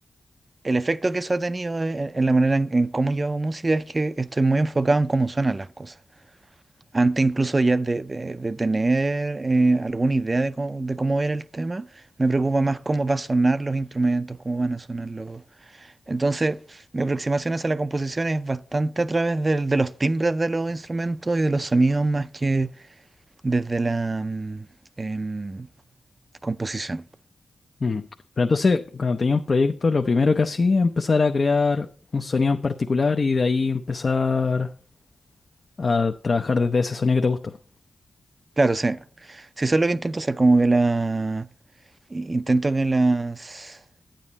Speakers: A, on the right; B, on the left.
A: El efecto que eso ha tenido eh, en, en la manera en, en cómo yo hago música es que estoy muy enfocado en cómo suenan las cosas. Antes incluso ya de, de- de tener eh, alguna idea de cómo, de cómo era el tema, me preocupa más cómo va a sonar los instrumentos, cómo van a sonar los... Entonces, mi aproximación hacia la composición es bastante a través del- de los timbres de los instrumentos y de los sonidos más que, desde la mm, em, composición.
B: Mm. Pero entonces, cuando tenía un proyecto, lo primero que hacía era empezar a crear un sonido en particular y de ahí empezar a trabajar desde ese sonido que te gustó.
A: Claro, sí. Sí, eso es lo que intento hacer, como que la... i- Intento que las...